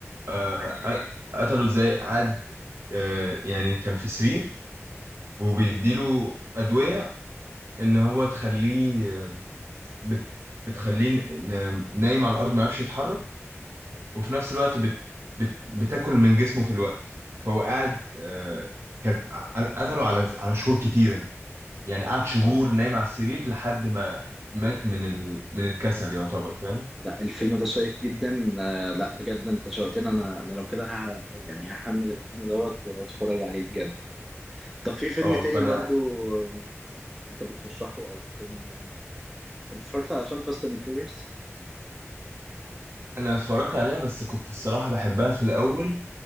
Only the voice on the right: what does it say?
آه قتله ازاي قعد آه يعني كان في سرير وبيديله ادويه ان هو تخليه بت... بتخليه ن- نايم على الارض ما يعرفش يتحرك وفي نفس الوقت بت... بت... بتاكل من جسمه في الوقت فهو قاعد آه، كان قتله على على شهور كتيره يعني قعد
شهور نايم على السرير لحد ما مات من ال... من الكسل يعتبر فاهم
اه
فانا
انا اتفرجت عليها بس كنت الصراحه بحبها في الاول